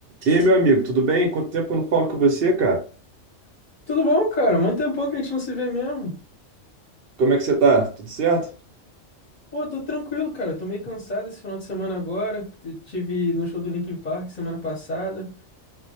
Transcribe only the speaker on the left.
Tudo bom, cara? Muito tempão que a gente não se vê mesmo.
Pô, tô tranquilo, cara. Tô meio cansado esse final de semana agora. T- Tive no show do Linkin Park semana passada.